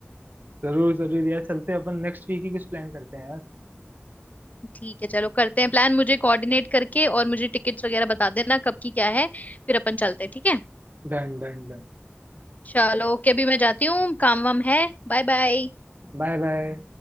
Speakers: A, on the right; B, on the left.
A: <laughs> जरूर जरूर यार चलते हैं अपन नेक्स्ट वीक ही कुछ प्लान करते हैं यार
B: ठीक है चलो करते हैं प्लान मुझे कोऑर्डिनेट करके और मुझे टिकट्स वगैरह बता देना कब की क्या है फिर अपन चलते हैं ठीक है
A: Done done done
B: चलो ओके अभी मैं जाती हूँ काम वाम है Bye bye
A: Bye bye